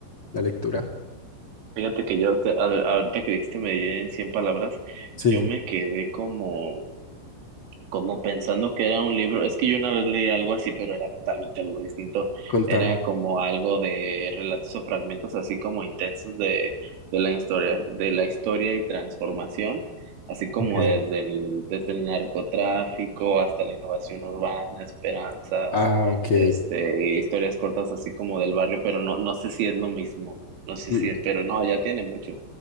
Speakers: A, on the left; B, on the right.
A: la lectura.
B: Fíjate que yo, te- a- ahorita que dijiste medir en 100 palabras,
A: Sí,
B: yo me quedé como como pensando que era un libro, es que yo una vez leí algo así, pero era totalmente algo distinto,
A: contame.
B: era como algo de relatos o fragmentos así como intensos de, de la historia, de la historia y transformación, así como
A: Ok.
B: desde el, desde el narcotráfico hasta la innovación urbana, esperanzas,
A: Ah, ok.
B: este, historias cortas así como del barrio, pero no, no sé si es lo mismo, no sé
A: Mm,
B: si es, pero no, ya tiene mucho,